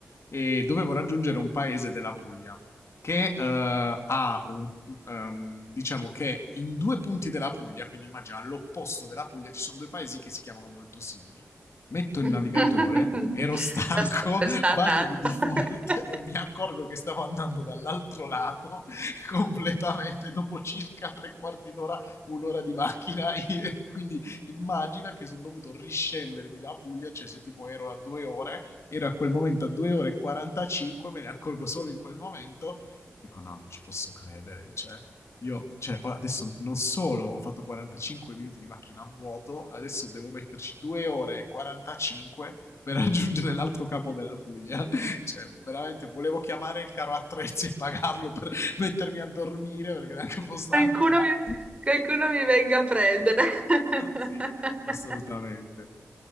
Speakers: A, on the left; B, on the right.
A: e dovevo raggiungere un paese della Puglia che eh, ha un, ehm, diciamo che in due punti della Puglia, quindi immagina all'opposto della Puglia, ci sono due paesi che si chiamano molto simili. Metto il
B: <laughs>
A: navigatore, ero <laughs> stanco,
B: Adesso come sta
A: vado
B: andando.
A: di default
B: <laughs>
A: e mi accorgo che stavo andando dall'altro lato <laughs> completamente dopo circa tre quarti d'ora, un'ora di macchina. <laughs> Io- Quindi immagina che sono dovuto riscendermi la Puglia, cioè se tipo ero a due ore, ero a quel momento a 2 ore e 45, me ne accorgo solo in quel momento dico no, non ci posso credere, cioè io, cioè, ora, adesso non solo ho fatto 45 minuti di macchina a vuoto, adesso devo metterci 2 ore e 45 per <laughs> raggiungere l'altro capo della Puglia. <laughs> Cioè, veramente volevo chiamare il caro attrezzi e pagarlo per <laughs> mettermi a dormire perché era anche un po' stanco.
B: Qualcuno
A: la- <laughs>
B: mi, qualcuno mi venga a prendere. <laughs>
A: Sì, assolutamente.